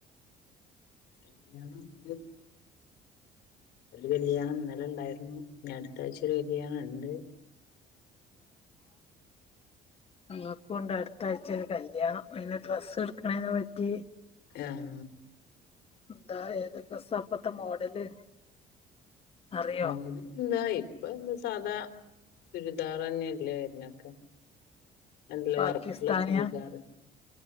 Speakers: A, on the left; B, on the left.
A: <unintelligible> ഒരു കല്യാണം ഇന്നല ഇണ്ടായിരുന്നു അടുത്ത ആഴ്ച ഒരു കല്യാണം ഇണ്ട്
B: ഞങ്ങക്കും ഇണ്ട് അടുത്ത ആഴ്ച ഒരു കല്യാണം അതിന് ഡ്രസ്സ് എടുക്കണേനെ പറ്റി
A: ആഹ്
B: എന്താ ഏത് ഡ്രസ്റ്റാ ഇപ്പത്തെ മോഡല് അറിയോ
A: മോ എന്താ ഇപ്പൊ എന്താ സാധാ ചുരിദാർ തന്നെയല്ലേ വരണ് ഒക്കെ എല്ല
B: പാകിസ്ഥാനിയാ
A: വർക്ക് ള്ളെ ചുരിദാറ്